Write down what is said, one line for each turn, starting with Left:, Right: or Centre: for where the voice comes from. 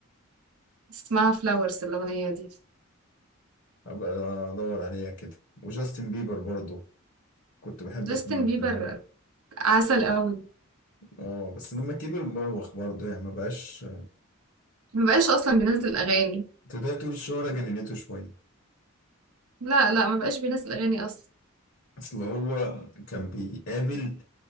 Right: اسمها flowers الأغنية دي.
Left: أبقى أدور عليها كده وجاستن بيبر برضو كنت بحب
Right: جاستن
Left: أسمع
Right: بيبر
Left: زمان
Right: عسل أوي،
Left: اه بس لما كبر بوخ برضو يعني ما بقاش
Right: ما بقاش أصلًا بينزّل أغاني،
Left: تقدر تقول الشهرة جننته شوية
Right: لأ، لأ ما بقاش بينزّل أغاني أصلًا.
Left: اصل هو كان بيقابل